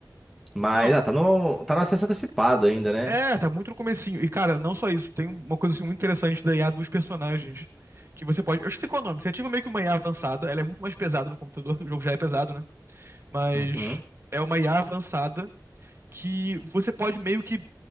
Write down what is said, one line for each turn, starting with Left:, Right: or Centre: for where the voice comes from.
Centre: Mas,
Right: Não,
Centre: ah, tá no, tá no acesso antecipado ainda, né?
Right: É, tá muito no comecinho. E, cara, não só isso, tem uma coisa assim, muito interessante da IA dos personagens. Que você pode. Eu esqueci qual é o nome. Você ativa meio que uma IA avançada, ela é muito mais pesada no computador, <laughs> o jogo já é pesado, né? Mas
Centre: Uhum.
Right: é uma IA avançada que você pode meio que